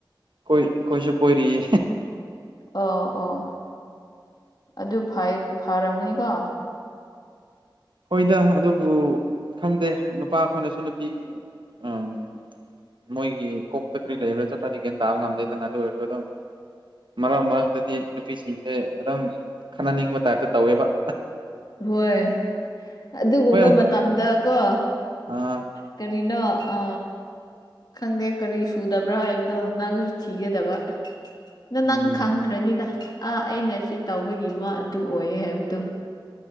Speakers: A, on the right (about 70°); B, on the left (about 55°).
A: ꯈꯣꯏ ꯈꯣꯏꯁꯨ ꯀꯣꯏꯔꯤꯌꯦ
B: ꯑꯣ ꯑꯣ ꯑꯗꯨ ꯐꯩ ꯐꯔꯝꯒꯅꯤꯀꯣ
A: ꯍꯣꯏꯗ ꯑꯗꯨꯕꯨ ꯈꯪꯗꯦ ꯅꯨꯄꯥ ꯈꯣꯏꯅꯁꯨ ꯅꯨꯄꯤꯒꯤ ꯑꯝ ꯃꯣꯏꯒꯤ ꯀꯣꯛꯇ ꯀꯔꯤ ꯂꯩꯕ꯭ꯔꯥ ꯆꯞꯆꯥꯗꯤ ꯒꯌꯥꯟ ꯇꯥꯕ ꯉꯝꯗꯦꯗꯅ ꯑꯗꯨ ꯑꯣꯏꯔꯁꯨ ꯑꯗꯨꯝ ꯃꯔꯛ ꯃꯔꯛꯇꯗꯤ ꯅꯨꯄꯤꯁꯤꯡꯁꯦ ꯑꯗꯨꯝ ꯈꯟꯅꯅꯤꯡꯕ ꯇꯥꯏꯞꯇ ꯇꯧꯋꯦꯕ
B: ꯍꯣꯏ ꯑꯗꯨꯒꯨꯝꯕ
A: ꯍꯣꯏ
B: ꯃꯇꯝꯗꯀꯣ
A: ꯑ
B: ꯀꯔꯤꯅꯣ ꯑ ꯈꯪꯗꯦ ꯀꯔꯤ ꯁꯨꯗꯕ꯭ꯔꯥ ꯍꯥꯏꯕꯗꯣ ꯅꯪꯖꯨ ꯊꯤꯒꯗꯕ ꯅ
A: ꯎꯝ
B: ꯅꯪ ꯈꯪꯈ꯭ꯔꯅꯤꯗ ꯑꯥ ꯑꯩꯅ ꯁꯤ ꯇꯧꯕꯒꯤ ꯃ ꯑꯗꯨ ꯑꯣꯏꯌꯦ ꯍꯥꯏꯕꯗꯣ